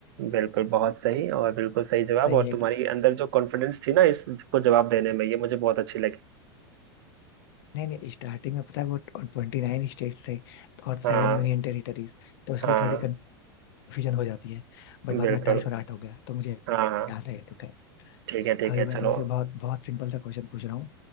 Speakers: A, on the right; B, on the left.
A: बिल्कुल बहुत सही और बिल्कुल सही जवाब
B: सही
A: और
B: है
A: तुम्हारी
B: कि
A: अंदर जो कॉन्फिडेंस थी ना इसको जवाब देने में ये मुझे बहुत अच्छी लगी
B: नहीं नहीं स्टार्टिंग में पता है वो ट्वेंटी नाइन स्टेट्स थे और
A: हाँ
B: सेवन यूनियन टेरिटरीज तो इसलिए
A: हाँ
B: थोड़ी कंफ्यूजन हो जाती है बट
A: बिल्कुल
B: बाद में अट्ठाईस और आठ हो गया तो मुझे
A: हाँ हाँ
B: याद है ये तो खैर
A: ठीक है ठीक
B: अभी
A: है
B: मैं
A: चलो
B: तुमसे बहुत बहुत सिंपल सा क्वेश्चन पूछ रहा हूँ